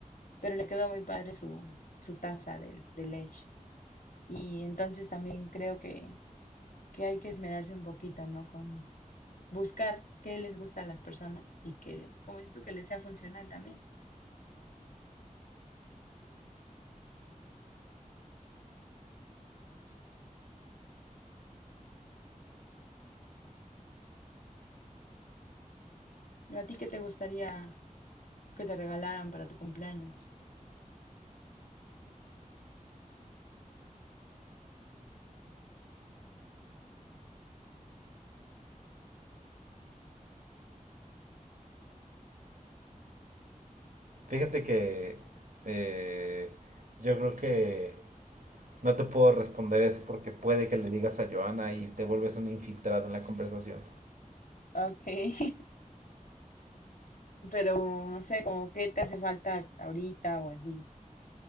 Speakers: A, on the left; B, on the right.
A: pero le quedó muy padre su, su taza del, del Edge. Y entonces también creo que, que hay que esmerarse un poquito, ¿no? Con, buscar qué les gusta a las personas y que, como dices tú, que les sea funcional también. ¿A ti qué te gustaría que te regalaran para tu cumpleaños?
B: Fíjate que eh, yo creo que No te puedo responder eso porque puede que le digas a Johanna y te vuelves un infiltrado en la conversación.
A: Ok, <laughs> pero no sé, como qué te hace falta ahorita o así.